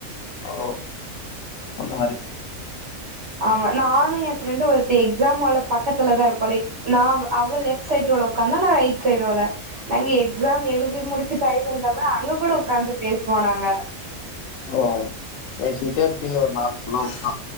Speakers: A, on the left (about 70°); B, on the right (about 50°).
A: ஓ அந்த மாரி
B: ஆமா நானு எ ஃப்ரெண்டு ஒருத்தி எக்ஸாம் ஹால்ல பக்கத்துலதா இருப்போ லைக் நா அவ லெஃப்ட் சைட் ரோல ஒக்காந்தா நா ரைட் சைட் ரோல நாங்க எக்ஸாம் எழுதி முடிச்சு டைம் இருந்தா கூட அங்க கூட உட்காந்து பேசுவோ நாங்க
A: ஓ பேசிட்டே இருப்பீங்க ஒரு நாலு புல்லா உட்டா